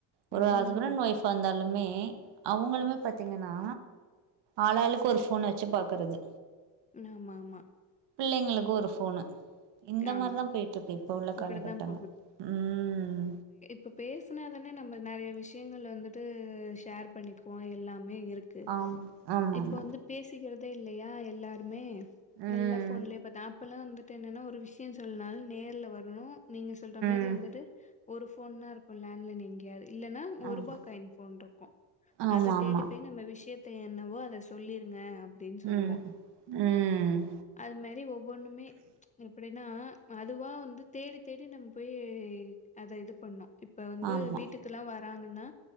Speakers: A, on the right; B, on the left.
A: ஒரு
B: ம்.
A: அது ஹஸ்பண்ட் ஒய்ஃப் வ இருந்தாலுமே அவுங்களுமே பாத்தீங்கன்னா ஆளாளுக்கு ஒரு ஃபோன் வச்சு பாக்குறது
B: ன ஆமா ஆமா
A: பிள்ளைங்களுக்கு ஒரு ஃபோனு இந்த
B: ஆமா.
A: மாரிதா போய்ட்டு இருக்கு இப்ப உள்ள காலகட்டங்க
B: இப்படிதான்
A: உம்
B: இப்போ பேசினா தான நம்ம நெறைய விஷயங்கள வந்துட்டு ஷேர் பண்ணிக்குவோ எல்லாமே இருக் கு
A: ஆம் ஆமா
B: இப்ப
A: ஆமா
B: வந்து பேசிக்கிறதே இல்லையா எல்லாருமே
A: ம்
B: எல்லா ஃபோன்லேயே பாத்த அப்பல்லா வந்துட்டு என்னன்னா ஒரு விஷ் விஷ்ய சொல்லனாலு நேர்ல வரணு நீங்க சொல்ற மாரி
A: ம்
B: வந்துட்டு ஒரு ஃபோன் லா இருக்கு லேண்ட் லைன் இன் யாது இல்லனா ஒருப்பா
A: ஆமா
B: காயின் ஃபோன் ருக்கு
A: ஆமா
B: அத
A: ஆமா
B: தேடிப்போய் நம்ம விஷயத் த என்னவோ அத சொல்லிருங்க அப்படின்னு சொல்லுவோம்.
A: ம் ம்
B: அது மாரி ஒவ்வொன்னு மே அப்டின்னா அதுவா வந்து தேடி தேடி நம் போயி அத இது பண்ணோ இப்ப வந்து
A: ஆமா
B: வீட்டுக்கெல்லா வராங்கனா